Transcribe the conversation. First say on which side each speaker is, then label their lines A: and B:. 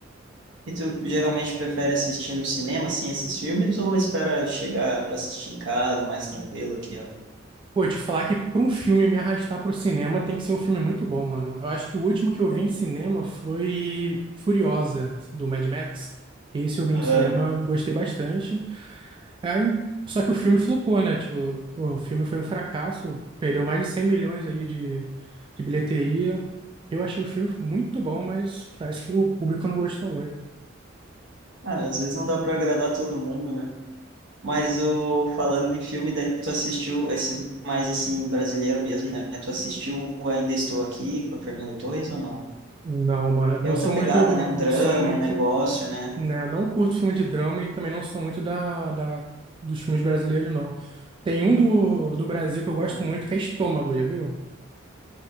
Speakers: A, on the right; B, on the right.
A: E tu geralmente prefere assistir no cinema, assim, esses filmes, ou espera chegar para assistir em casa, mais tranquilo aqui, ó?
B: Pô, te falar que pra um filme me arrastar pro cinema tem que ser um filme muito bom, mano. Eu acho que o último que eu vi
A: É.
B: em cinema foi Furiosa, do Mad Max. Esse eu vi
A: Aham.
B: no cinema, eu gostei bastante. Aí, só que o filme flopou, né? Tipo, pô, o filme foi um fracasso. Perdeu mais de 100 milhões aí de, de bilheteria. Eu achei o filme muito bom, mas parece que o público não gostou muito.
A: Ah, às vezes não dá para agradar todo mundo, né? Mas o falando em filme, daí tu assistiu esses mais assim brasileiro mesmo, né? Tu assistiu o Ainda Estou Aqui com a Fernanda Torres ou não?
B: Não, mano, não
A: É outra
B: sou
A: pegada,
B: muito,
A: né? Um drama,
B: não sou muito,
A: um negócio, né?
B: né, não curto filme de drama e também não sou muito da, da dos filmes brasileiros, não. Tem um do, do Brasil que eu
A: Uhum.
B: gosto muito, que é Estômago, já viu?